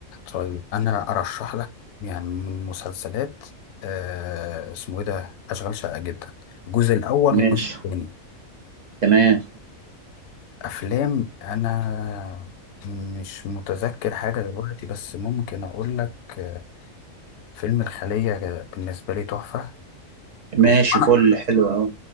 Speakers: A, on the left; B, on the right.
A: طيب انا ارشح لك يعني من مسلسلات آه اسمه ايه ده اشغال شقة جدا الجزء الاول
B: ماشي
A: والجزء الثاني
B: تمام
A: افلام انا مش متذكر حاجة دلوقتي بس ممكن اقول لك آه، فيلم الخلية بالنسبة لي تحفة
B: ماشي
A: وأنا
B: فل حلو اهو